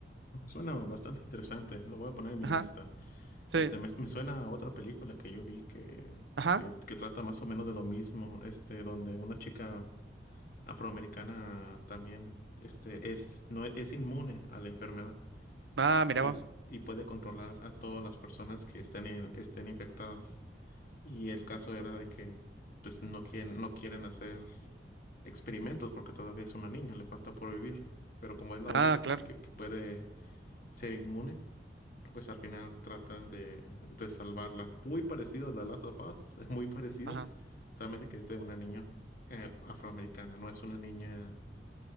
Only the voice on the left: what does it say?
Suena bastante interesante, lo voy a poner en mi
lista.
Este, me, me suena a otra película que yo vi que,
que, que trata más o menos de lo mismo, este, donde una chica afroamericana también este, es, no, es inmune a la enfermedad
y, y- y puede controlar a todas las personas que estén, en- estén infectadas. Y el caso era de que pues, no quieren, no quieren hacer experimentos porque todavía es una niña, le falta por vivir. Pero como es la
única que,
que- que puede ser inmune, pues al final tratan de, de salvarla. Muy parecido a The Last of Us, <laughs> es muy parecido,
solamente que es de una niña eh, afroamericana, no es una niña